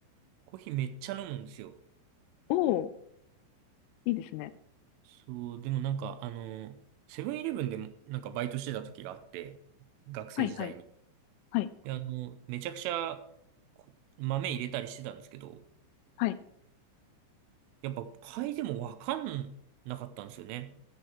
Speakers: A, on the right; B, on the left.
A: コーヒーめっちゃ飲むんですよ。
B: おおー、いいですね。
A: そう、でもなんか、あの、セブンイレブンでもなんかバイトしてた時があって、学生時代に。
B: はいはい、はい、
A: で、あの、めちゃくちゃこ豆入れたりしてたんですけど、
B: はい。
A: やっぱ買いでもわかんなかったんですよね。